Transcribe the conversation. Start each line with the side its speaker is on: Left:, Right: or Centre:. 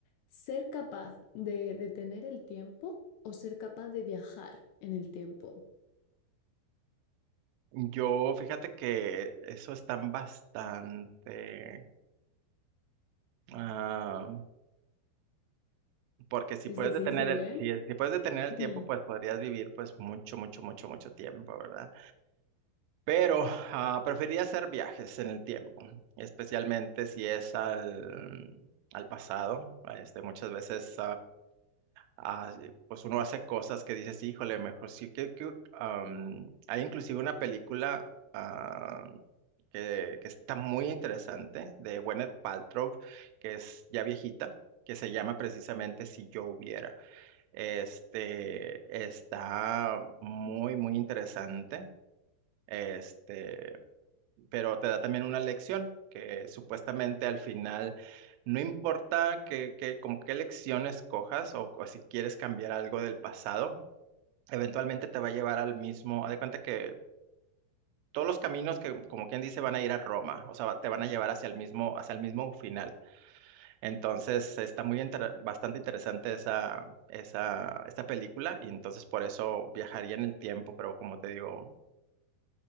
Left: ¿Ser capaz de detener el tiempo o ser capaz de viajar en el tiempo?
Right: Yo fíjate que eso están bastante ah, porque si
Left: Es
Right: puedes
Left: difícil,
Right: detener el,
Left: ¿eh?
Right: si, si puedes detener el
Left: Mm.
Right: tiempo, pues podrías vivir pues mucho, mucho, mucho, mucho tiempo, ¿verdad? Pero ah, preferiría hacer viajes en el tiempo, especialmente si es al, al pasado. Este, muchas veces. ah, sí, pues uno hace cosas que dices, híjole, mejor sí que, que, am, hay inclusive una película ah, que, que está muy interesante de Gwyneth Paltrow, que es ya viejita, que se llama precisamente Si yo hubiera. Este está muy, muy interesante. Este, pero te da también una lección que supuestamente al final no importa que, que- como qué lección escojas o, o si quieres cambiar algo del pasado, eventualmente te va a llevar al mismo, haz de cuenta que todos los caminos que como quien dice van a ir a Roma, o sea, va- te van a llevar hacia el mismo hacia el mismo final. Entonces, está muy inter- bastante interesante esa esa esta película y entonces por eso viajaría en el tiempo, pero como te digo,